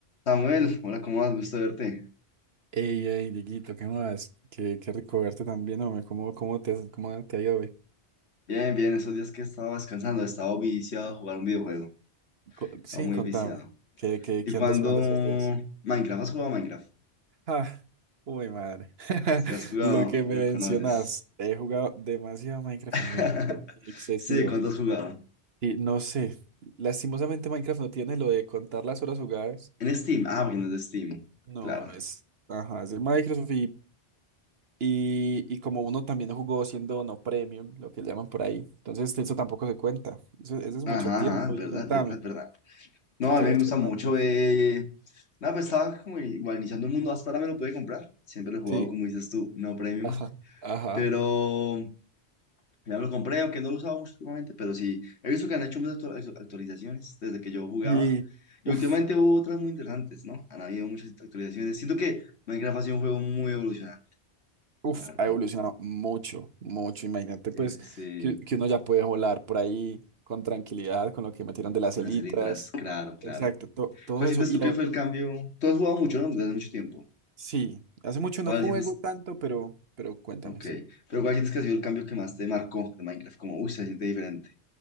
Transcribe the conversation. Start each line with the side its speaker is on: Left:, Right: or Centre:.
Left: Samuel, hola, ¿cómo vas? Gusto verte.
Right: Ey, ey, Dieguito, ¿qué más? Qué, qué rico verte también, hombre. ¿Cómo, cómo te, cómo te ha ido hoy?
Left: Bien, bien, esos días que estaba descansando, estaba viciado a jugar un videojuego.
Right: Co-
Left: Estaba
Right: sí,
Left: muy
Right: contame.
Left: viciado.
Right: ¿Qué, qué,
Left: ¿Y
Right: qué
Left: cuando
Right: andas jugando estos días? <laughs>
Left: Minecraft? ¿Has jugado a Minecraft?
Right: Ah, uy, madre. <laughs>
Left: Si has jugado,
Right: Lo que me
Left: lo
Right: mencionas,
Left: conoces.
Right: he jugado demasiado Minecraft
Left: <laughs>
Right: en mi vida, pero excesivo.
Left: Sí, ¿cuándo has jugado?
Right: Y no sé, lastimosamente Minecraft no tiene lo de contar las horas jugadas.
Left: En Steam. Ah, porque no es de Steam.
Right: No,
Left: Claro.
Right: es, ajá, es de Microsoft Y, y como uno también jugó siendo no premium, lo que llaman por ahí, entonces eso tampoco se cuenta. Eso, eso es
Left: Ajá,
Right: mucho tiempo.
Left: ajá, es
Right: Y
Left: verdad,
Right: contame,
Left: es verdad, es verdad. No,
Right: ¿qué, qué
Left: a mí
Right: has
Left: me
Right: hecho
Left: gusta
Right: en
Left: mucho.
Right: Minecraft?
Left: Eh... Nada, pues estaba como igual iniciando el mundo. Hasta ahora me lo pude comprar. Siempre lo he jugado,
Right: Sí,
Left: como dices tú, no premium.
Right: ajá, ajá.
Left: Pero. Ya me lo compré, aunque no lo usaba mucho últimamente, pero sí, he visto que han hecho muchas actua- actu- actualizaciones desde que yo jugaba.
Right: Y
Left: Y
Right: uff,
Left: últimamente hubo otras muy interesantes, ¿no? Han habido muchas actualizaciones. Siento que Minecraft ha sido un juego muy evolucionante,
Right: uff,
Left: la verdad.
Right: ha evolucionado mucho, mucho. Imagínate,
Left: Sí,
Right: pues,
Left: sí, sí.
Right: que, que uno ya puede volar por ahí con tranquilidad, con lo que metieron de las
Left: Una
Right: elitras.
Left: serie tras, claro, claro.
Right: Exacto, to- todo
Left: ¿Cuál sientes
Right: eso. Y
Left: tú
Right: la,
Left: que
Right: ul-
Left: fue el cambio? Tú has jugado mucho, ¿no? Desde hace mucho tiempo.
Right: sí, hace mucho
Left: ¿Cuál
Right: no juego
Left: sientes?
Right: tanto, pero, pero cuéntame.
Left: Ok. Pero ¿cuál sientes que ha sido el cambio que más te marcó de Minecraft? Como, uy, se siente diferente.